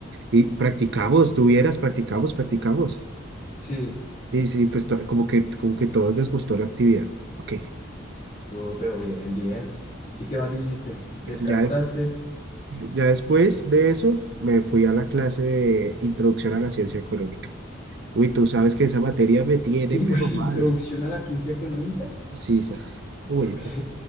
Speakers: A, on the right; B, on the left.
A: Y practicamos, tuvieras, practicamos, practicamos.
B: Sí.
A: Y sí, pues to- como que, como que todos les gustó la actividad. Ok,
B: Oh, pero bien, bien. ¿Y qué más hiciste? ¿Descansaste?
A: ya, des- ya después de eso me fui a la clase de Introducción a la Ciencia Económica. Uy, tú sabes que esa materia me tiene
B: <laughs> ¿Y
A: pero
B: ush,
A: mal.
B: introducción a la ciencia económica?
A: Sí, esa, <laughs> uy,
B: Ok.
A: no.